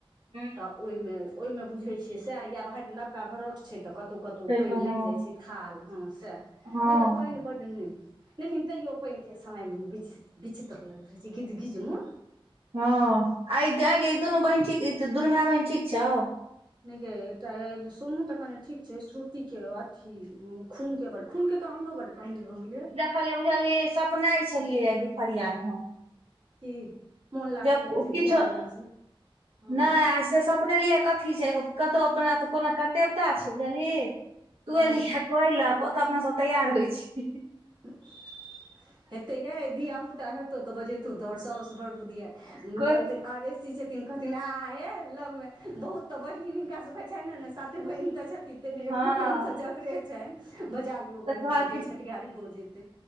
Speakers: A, on the right (about 80°); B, on the right (about 50°).
A: हूँ
B: तऽ ओहिमे ओहिमे बुझै छियै सएह या नबका भरोठ छै तऽ कतौ कतौ
A: से
B: पानि
A: तऽ हँ
B: लागि जाइ छै थाल हँ सैह
A: हँ
B: नहि तऽ पानि बढ लेकिन तैयो पाइनके समय मे विचित्र लगैत रहै छै गिद् गिज मे
A: हँ आ ई गायके ई दुनू बहीन ठीक दुनू भाय बहीन ठीक छौ
B: नहि एकटा सोमू तऽ कने ठीक छै श्रुति के अथी खून के बड़ खूनके तऽ हमरो बड्ड कमी भऽ गेलै
A: खाली बुझले सपनाय छलियै दुपहरिया में हम
B: कि मोन लागल
A: जे
B: रहै
A: किछु
B: छै ध्यान रहै छै
A: <inaudible>
B: हँ
A: नहि आ से सपनलियै कथी छै कतहु अपना कोनो कर्तेवता छै बुझलियै तु
B: हँ
A: एलहि कोई लक तऽ अपना सब तैयार होइ छिय
B: <unintelligible> हेते गे धिय पुता हेतौ तऽ बजेतै तोहर सौस बड़ बुधि यारि
A: कोइ
B: सी छथिन कहथिन आ हे लगमे बहुत तऽ बहिन हिनका सबके छनि ने साते बहिन तऽ छथिन तते मे
A: हँ
B: एक दु बहिन सब झगड़े छनि बजा लियौ
A: तऽ
B: बहिन
A: कहलखिन
B: सबके छटहारी भोज हैतै